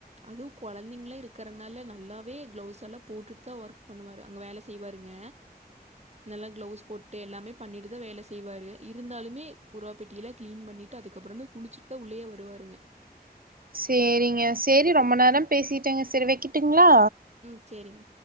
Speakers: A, on the right; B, on the right.
A: அதுவு கொழந்தைங்களா இருக்கறதுனால நல்லாவே கிளவுஸ் எல்லா போட்டுட்டுதா ஒர்க் பண்ணுவாரு அங்க வேல செய் செய்வாருங்க நல்லா கிளவுஸ் போட்டு எல்லாமே பண்ணிட்டு தா வேல செய்வாரு இருந்தாலுமே புறா பெட்டியில கிளீன் பண்ணிட் அதுக்கப்புறம்தா குளிச்சுட்டுதா உள்ளயே வருவாருங்க
B: செரிங்க செரி ரொம்ப நேரோ பேசிட்டேங்க செரி வைக்கட்டுங்களா
A: ம் செரிங்க